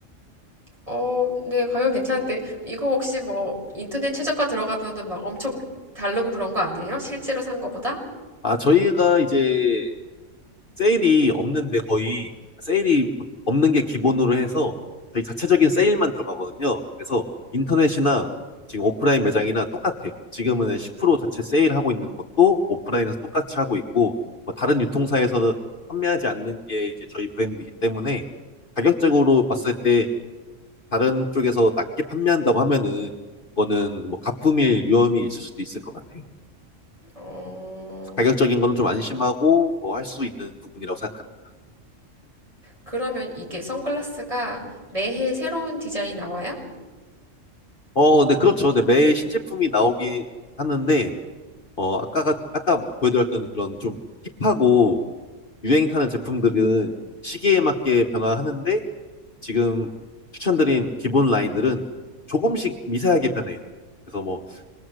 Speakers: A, on the right (about 25°); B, on the left (about 45°).
A: 어, 네, 가격 괜찮은데, 이거 혹시 뭐 인터넷 최저가 들어가면은 막 엄청 다르고 그런 거 아니에요? 실제로 산 거보다?
B: 아, 저희가 이제 세일이 없는데 거의 세일이 없는 게 기본으로 해서 저희 자체적인 세일만 들어가거든요. 그래서 인터넷이나 지금 오프라인 매장이나 똑같아요. 지금은 10% 자체 세일하고 있는 것도 오프라인에서 똑같이 하고 있고 뭐 다른 유통사에서는 판매하지 않는 게 이제 저희 브랜드이기 때문에 가격적으로 봤을 때 다른 쪽에서 낮게 판매한다고 하면은 그거는 뭐 가품일 위험이 있을 수도 있을 것 같아요.
A: 어,
B: 가격적인 거는 좀 안심하고 뭐 할 수 있는 부분이라고 생각합니다.
A: 그러면 이게 선글라스가 매해 새로운 디자인 나와요?
B: 어, 네, 그렇죠. 네, 매일 신제품이 나오긴 하는데, 어, 아까가, 아까 보여드렸던 그런 좀 힙하고 유행 타는 제품들은 시기에 맞게 변화하는데, 지금 추천드린 기본 라인들은 조금씩 미세하게 변해요. 그래서 뭐